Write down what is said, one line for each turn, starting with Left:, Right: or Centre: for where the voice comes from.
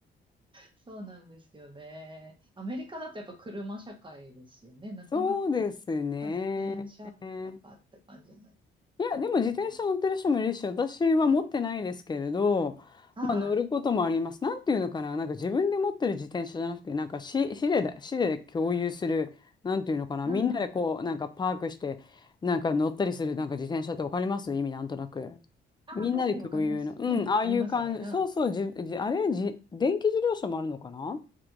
Right: そうなんですよね。アメリカだとやっぱ車社会ですよね。なかな
Left: そうですね。
Right: か自転車とかって感じじゃない。
Left: いや、でも自転車乗ってる人もいるし、
Right: うんうん、
Left: 私は持ってないですけれど、
Right: はい。
Left: まあ乗ることもあります。なんていうのかな、なんか自分で持ってる自転車じゃなくて、なんか市、市でだ、市で共有する、なんていうのかな、
Right: はいはい。
Left: みんなでこう、なんかパークして、なんか乗ったりする、なんか自転車ってわかります意味なんとなく。
Right: ああ、
Left: みんなで共有の。
Right: はいはい、わかります。
Left: うん、
Right: うん、
Left: ああいう感じ。
Right: ありますよね。う
Left: そうそう、じ、じ、あれ、じ、電気自動車もあるのかな